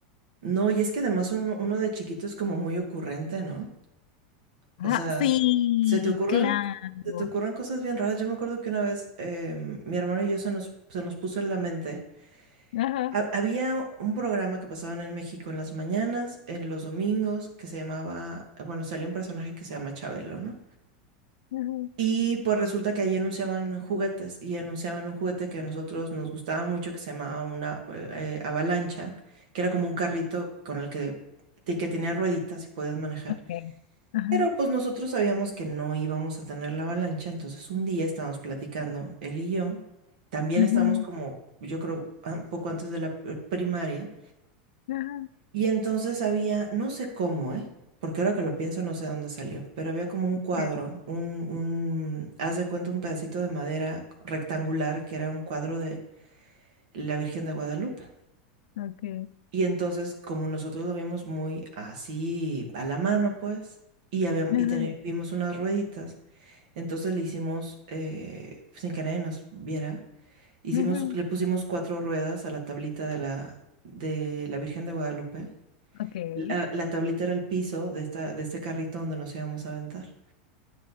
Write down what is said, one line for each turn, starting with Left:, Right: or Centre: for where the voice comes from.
Right: No, y es que además uno, uno de chiquito es como muy ocurrente, ¿no?
Left: Ajá,
Right: O sea,
Left: sí,
Right: se te ocurren,
Left: claro.
Right: se te ocurren cosas bien raras. Yo me acuerdo que una vez em, mi hermano y yo se nos, se nos puso en la mente.
Left: Ajá.
Right: ha- había un programa que pasaban en México en las mañanas, en los domingos, que se llamaba, bueno, salió un personaje que se llama Chabelo, ¿no?
Left: ajá.
Right: Y pues resulta que ahí anunciaban juguetes y anunciaban un juguete que a nosotros nos gustaba mucho que se llamaba una eh, avalancha, que era como un carrito con el que, te- que tenía rueditas y podías manejar.
Left: Okay. Ajá.
Right: Pero pues nosotros sabíamos que no íbamos a tener la avalancha, entonces un día estábamos platicando, él y yo, también
Left: ujú,
Right: estábamos como, yo creo, ah, un poco antes de la eh, primaria,
Left: Ajá.
Right: y entonces había, no sé cómo, ¿eh? Porque ahora que lo pienso no sé dónde salió, pero había como un cuadro,
Left: Okay.
Right: un, un, haz de cuenta un pedacito de madera rectangular que era un cuadro de la Virgen de Guadalupe.
Left: Okay.
Right: Y entonces, como nosotros lo vimos muy así a la mano, pues, y habíamos,
Left: Ajá.
Right: y teni- vimos unas rueditas, entonces le hicimos, eh, sin que nadie nos viera, hicimos,
Left: ujú,
Right: le pusimos cuatro ruedas a la tablita de la, de la Virgen de Guadalupe
Left: Okay.
Right: la, la tablita era el piso de esta, de este carrito donde nos íbamos a aventar.